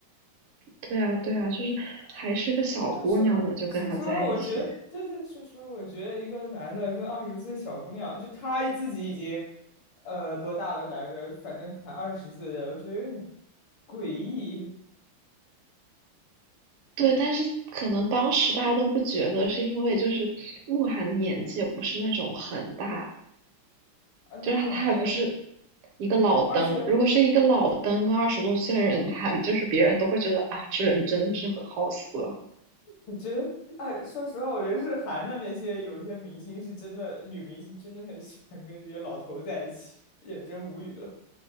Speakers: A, on the right (about 80°); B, on the left (about 70°).
A: 对啊对啊，就是还是个小姑娘呢，
B: 啊，说啊说实话，
A: 就跟他在一起。
B: 我觉得，对对，说实话，我觉得一个男的跟二十岁小姑娘，就他自己已经，呃，多大了来着？反正谈二十岁的，我觉得有点诡异
A: 对，但是可能当时大家都不觉得，是因为就是鹿晗的年纪也不是那种很大，
B: 啊。那可能，
A: 就是他他还不是一个老登。
B: 而且。
A: 如果是一个老登跟二十多岁的人谈，就是别人都会觉得啊，这人真的是很好色。
B: 我觉得，哎，说实话，我觉得日韩的那些有些明星是真的，女明星真的很喜欢跟这些老头在一起，也真无语了。